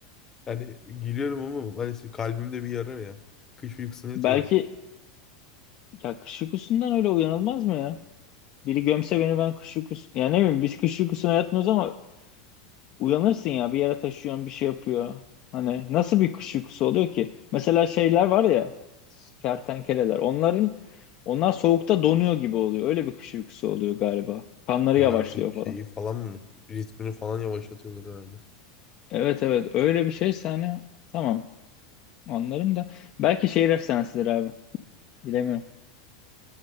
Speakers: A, on the left (about 20°); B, on the left (about 45°).
A: yani gülüyorum ama maalesef kalbimde bir yara ya. Kış uykusuna yatıyorlar.
B: Belki ya kış uykusundan öyle uyanılmaz mı ya? Biri gömse beni ben kış uykusu... Yani ne bileyim biz kış uykusuna yatmıyoruz ama uyanırsın ya bir yere taşıyorsun bir şey yapıyor. Hani nasıl bir kış uykusu oluyor ki? Mesela şeyler var ya kertenkeleler onların onlar soğukta donuyor gibi oluyor. Öyle bir kış uykusu oluyor galiba. Kanları
A: Yani
B: yavaşlıyor
A: artık
B: falan.
A: şeyi falan mı ritmini falan yavaşlatıyorlar herhalde.
B: Evet evet öyle bir şeyse hani tamam anlarım da belki şehir efsanesidir abi bilemiyorum.